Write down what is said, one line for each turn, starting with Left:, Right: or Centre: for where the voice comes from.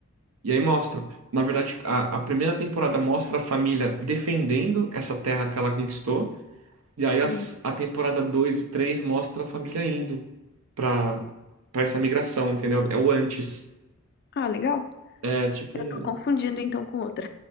Right: E aí mostra, na verdade, a, a primeira temporada mostra a família defendendo essa terra que ela conquistou, e aí
Left: Sim.
Right: as, a temporada 2 e 3 mostra a família indo para para essa migração, entendeu? É o antes.
Left: Ah, legal.
Right: É tipo um.
Left: Eu tô confundindo então com outra.